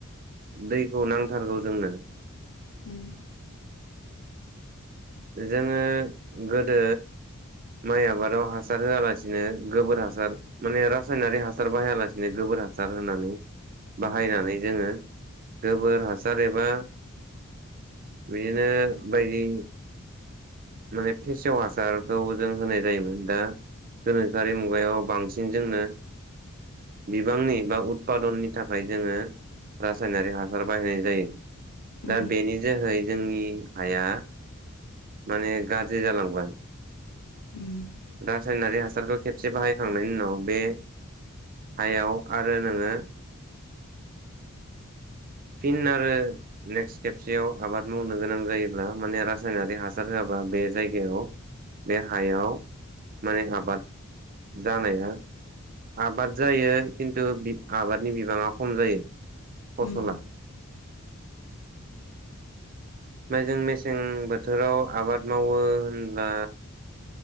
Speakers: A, on the right; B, on the left.
A: दैखौ नांथारगौ जोंनो।
B: उम
A: जोङो गोदो माइ आबादाव हासार होआलासिनो गोबोर हासार माने रासायनारि हासार बाहायालासिनो गो बोर हासार होनानै बाहायनानै
B: औ
A: जोङो गोबोर हासार एबा बिदिनो बायदि माने फेसेव हा सारखौ जों होनाय जायोमोन दा गोनोखोआरि मुगायाव बांसिन जोंनो <inaudible> बिबांनि बा उतपादननि थाखाय जोङो रासायनारि हासार बाहायनाय जायो।
B: उम
A: दा बेनि जोहै जोंनि हाया माने गाज्रि जालांबाय।
B: उम
A: रासायनारि हासारखौ खेबसे बाहायखांनायनि उनाव बे हायाव आरो नोङो <inaudible> फिन आरो नेक्स्ट खेबसेयाव आबाद मावनो गोनां जायोब्ला माने रासायनारि हासार होआ बा बे जायगायाव बे हायाव माने आबाद जानाया आबाद जायो खिन्थु बिब आबादनि बिबाङा खम जायो। फसला
B: उम
A: जों मेसें बोथोराव आबाद मावो होनब्ला